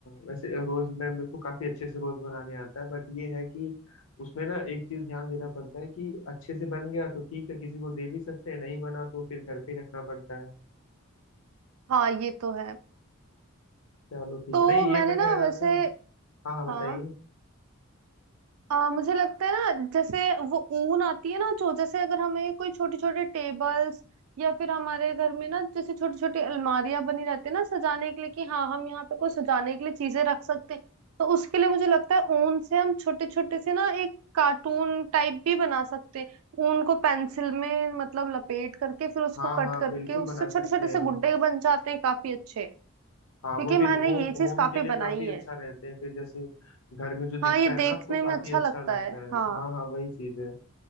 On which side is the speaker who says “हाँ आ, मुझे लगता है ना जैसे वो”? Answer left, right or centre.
Right